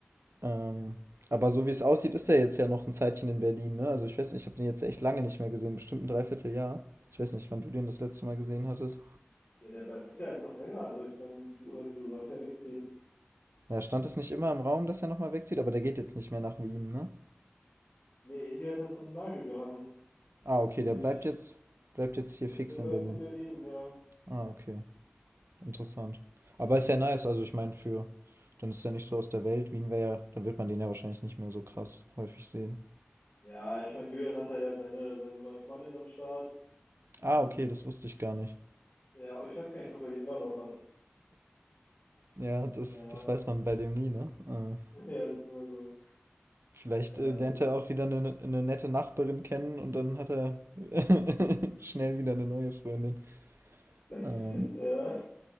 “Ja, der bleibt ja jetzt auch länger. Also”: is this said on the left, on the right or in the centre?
Left